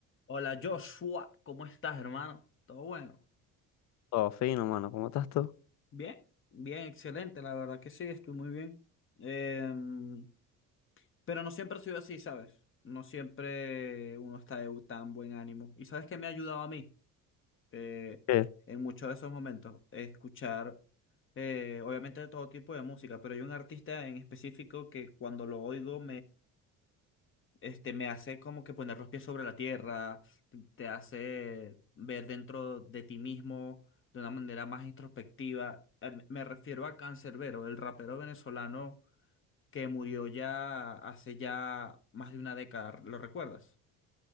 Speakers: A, on the left; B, on the left.
A: Hola Joshua, ¿cómo estás, hermano? ¿Todo bueno?
B: Todo fino, mano. ¿Cómo estás tú?
A: Bien, bien, excelente, la verdad que sí, estoy muy bien. Em, pero no siempre ha sido así, ¿sabes? No siempre uno está de tan buen ánimo. ¿Y sabes qué me ha ayudado a mí Eh,
B: Eh,
A: en muchos de esos momentos? Escuchar, eh, obviamente, de todo tipo de música, pero hay un artista en específico que cuando lo oigo Este me hace como que poner los pies sobre la tierra, te hace ver dentro de ti mismo de una manera más introspectiva. Eh, Me refiero a Canserbero, el rapero venezolano que murió ya hace ya más de una década. ¿Lo recuerdas?